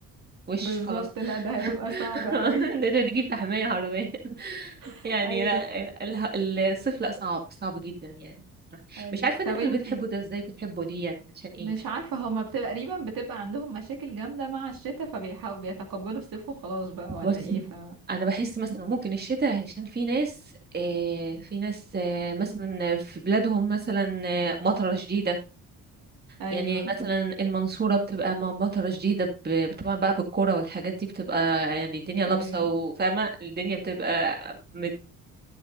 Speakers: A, on the right (about 20°); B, on the right (about 45°).
A: وش
B: بالظبط
A: خلاص
B: لا ده
A: <laughs>
B: هيبقى صعب قوي
A: لازم تجيب في حمايه حرفيا <laughs>
B: <laughs>
A: يعني
B: ايوه
A: لا
B: ده-
A: ال- ال- الصيف لا صعب صعب جدا يعني
B: ايوه
A: مش عارفه الناس
B: طب
A: اللي
B: انتي
A: بتحبوا ده ازاي بتحبوا ليه يعني عشان ايه
B: مش
A: مش
B: عارفه
A: عارفه
B: هما بتبقى تقريبا بتبقى عندهم مشاكل جامده مع الشتاء فبيحاولوا بيتقبلوا الصيف وخلاص بقى ولا
A: بس
B: ايه ف
A: انا بحس مثلا ممكن الشتاء عشان في ناس آه، في ناس آه، مثلا في بلادهم مثلا آه، مطره شديده
B: ايوه
A: يعني مثلا المنصورة بتبقى مع مطرة شديدة ب- طبعا بقى بالكرة والحاجات دي بتبقى يعني الدنيا لابسة
B: ايوه
A: وفاهمة الدنيا بتبقى مت...